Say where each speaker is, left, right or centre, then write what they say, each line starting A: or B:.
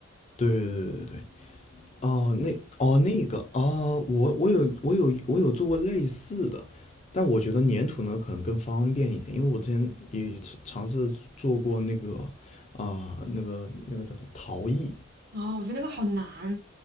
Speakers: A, on the left; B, on the right.
A: 对对对对对，哦，那哦那个啊，我我有我有我有做过类似的，但我觉得粘土呢可能更方便一点，因为我之前也尝尝试做过那个啊、那个那个叫什么陶艺，
B: 啊，我觉得那个好难。